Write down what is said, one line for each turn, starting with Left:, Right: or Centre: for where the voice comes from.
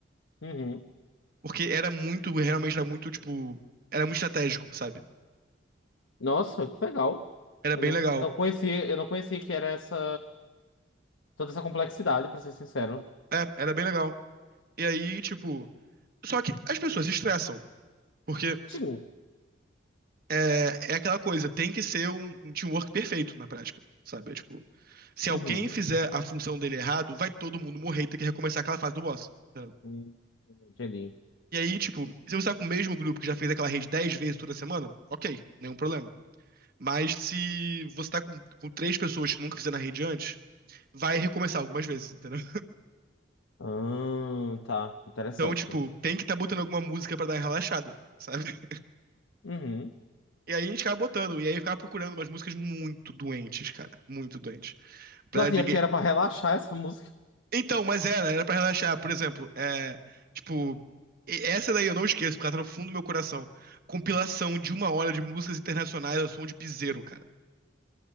Left: Uhum.
Right: Porque era muito, realmente era muito, tipo. Era muito estratégico, sabe?
Left: Nossa, que legal.
Right: Era
Left: Eu
Right: bem
Left: não,
Right: legal.
Left: não conhecia, eu não conhecia que era essa toda essa complexidade, pra ser sincero.
Right: É, era bem legal. E aí, tipo. Só que as pessoas se estressam. Porque
Left: Sim.
Right: é, é aquela coisa, tem que ser um, um teamwork perfeito na prática, sabe? É, tipo, se alguém
Left: Uhum.
Right: fizer a função dele errado, vai todo mundo morrer e ter que recomeçar aquela fase do boss. entendeu?
Left: Hum, Entendi.
Right: E aí, tipo, se você tá com o mesmo grupo que já fez aquela rede 10 vezes toda semana, ok, nenhum problema. Mas se você tá com, com três pessoas que nunca fizeram a rede antes, vai recomeçar algumas vezes, entendeu?
Left: Ah, tá. Interessante.
Right: Então, tipo, tem que tá botando alguma música pra dar uma relaxada, sabe?
Left: Uhum.
Right: E aí a gente ficava botando, e aí ficava procurando umas músicas muito doentes, cara. Muito doentes. Pra
Left: Nossa,
Right: ninguém.
Left: e é porque era pra relaxar essa música.
Right: Então, mas era, era pra relaxar. Por exemplo, é. Tipo. e- Essa daí eu não esqueço, porque ela tá no fundo do meu coração. Compilação de uma hora de músicas internacionais ao som de piseiro, cara.